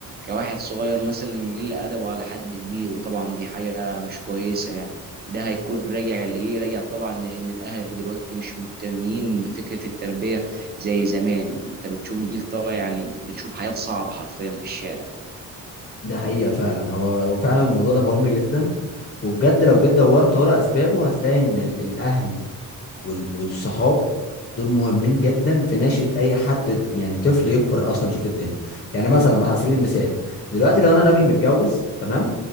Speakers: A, on the right; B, on the left.
A: كواحد صغير مثلا يقل ادبه على حد كبير وطبعا دي حاجه مش كويسه يعني ده هيكون راجع لايه راجع طبعا لان الاهل دلوقتي مش مهتمين بفكره التربيه زي زمان انت بتشوف الجيل طالع يعني بنشوف حياه صعبه حرفيا في الشارع
B: ده حقيقه فعلا هو هو فعلا الموضوع ده مهم جدا وبجد لو جيت دورت ورا اسبابه هتلاقي ان ال- الاهل وال- والصحاب دول مهمين جدا في نشأة أي حد يعني طفل يكبر أصلا يشوف الدنيا يعني مثلا مثلا على سبيل المثال دلوقتي لو أنا راجل متجوز تمام